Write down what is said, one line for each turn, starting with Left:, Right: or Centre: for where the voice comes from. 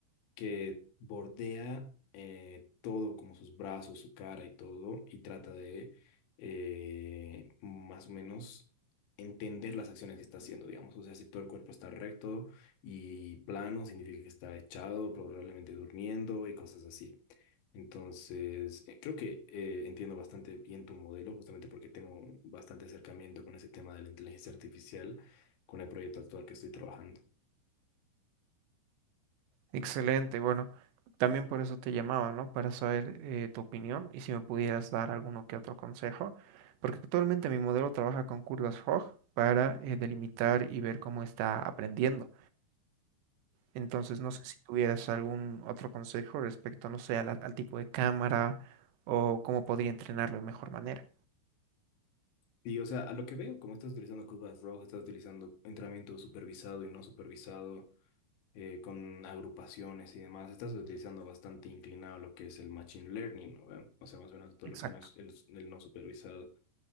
Left: que bordea eh, todo, como sus brazos, su cara y todo, y trata de eh, más o menos entender las acciones que está haciendo, digamos. O sea, si todo el cuerpo está recto y plano, significa que está echado, probablemente durmiendo y cosas así. Entonces, eh, creo que eh, entiendo bastante bien tu modelo, justamente porque tengo bastante acercamiento con ese tema de la inteligencia artificial, con el proyecto actual que estoy trabajando.
Right: Excelente, bueno, también por eso te llamaba, ¿no? Para saber eh, tu opinión y si me pudieras dar alguno que otro consejo, porque actualmente mi modelo trabaja con curvas Roj para eh, delimitar y ver cómo está aprendiendo. Entonces, no sé si tuvieras algún otro consejo respecto, no sé, a la- al tipo de cámara o cómo podría entrenarlo de mejor manera.
Left: Y, o sea, a lo que veo, como estás utilizando curvas rojas, estás utilizando entrenamiento supervisado y no supervisado, eh, con agrupaciones y demás, estás utilizando bastante inclinado lo que es el machine learning, ¿no ve? O sea, más o menos todo
Right: Exacto.
Left: lo que no es el, el no supervisado.